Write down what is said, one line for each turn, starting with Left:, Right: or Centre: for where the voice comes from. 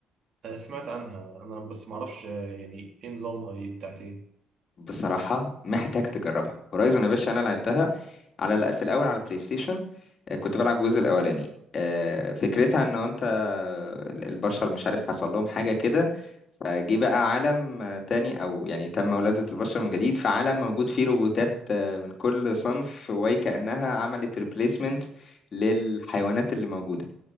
Right: آه، سمعت عنها انا بس معرفش آه، يعني ايه نظامها دي بتاعت ايه
Left: بصراحة محتاج تجربها هورايزون يا باشا أنا لعبتها على الأ- في الأول على البلاي ستيشن آه، كنت بلعب الجزء الأولاني آه، فكرتها إن أنت ال- البشر مش عارف حصل لهم حاجة كده فجه بقى عالم آه، تاني أو يعني تم ولادة البشر من جديد في عالم موجود فيه روبوتات آه، من كل صنف وكأنها عملت ريبليسمنت للحيوانات اللي موجودة